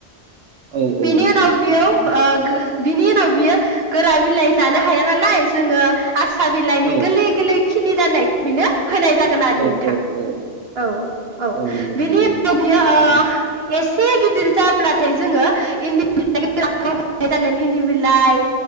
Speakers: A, on the right (about 80°); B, on the right (about 65°).
A: औ
B: बेनि
A: औ नंगौ
B: उनाव बेयाव
A: थारैनो
B: ओ गो बिनि उनाव बियो गोरा बिलाइ जानो हाया नालाय जोङो आक्सा बिलाइनि
A: औ
B: गोरलै गोरलै खिलि जानाय बेनो होनाय जागोन आरो
A: औ
B: नोंथां
A: औ औ
B: औ औ
A: नंगौ
B: बिनि
A: नंगौ
B: उनाव बियो ओ
A: थारैनो
B: एस एसे गिदिर जाब्लाथाय जोङो इन्दि बिलाइ गनाय जागोन इन्दि बिलाइ